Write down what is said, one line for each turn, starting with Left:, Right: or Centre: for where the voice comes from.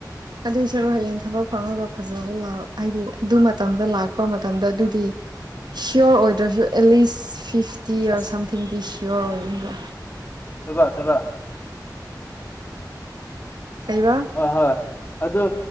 Right: ꯑꯗꯨꯏ ꯁꯔꯨ ꯍꯌꯦꯡ ꯊꯕꯛ ꯐꯪꯉꯒ ꯐꯖꯕ ꯂꯥꯛ ꯍꯥꯏꯗꯤ ꯗꯨ ꯃꯇꯝꯗ ꯂꯥꯛꯄ ꯃꯇꯝꯗ ꯗꯨꯗꯤ ꯁꯤꯌꯣꯔ ꯑꯣꯏꯗ꯭ꯔꯖꯨ ꯑꯦꯂꯤꯁ ꯐꯤꯐꯇꯤꯔ
Left: ꯑꯁ
Right: ꯁꯝꯊꯤꯡꯗꯤ ꯁꯤꯌꯣꯔ ꯑꯣꯏꯔꯅꯤꯕ
Left: <unintelligible>
Right: ꯀꯩꯕ
Left: ꯍꯣꯏ ꯍꯣꯏ ꯑꯗꯨ